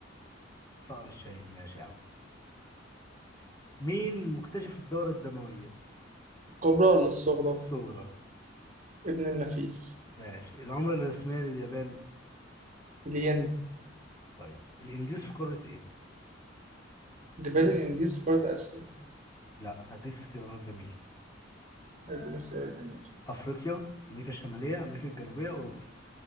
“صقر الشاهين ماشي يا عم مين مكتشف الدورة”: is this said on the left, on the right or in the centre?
Left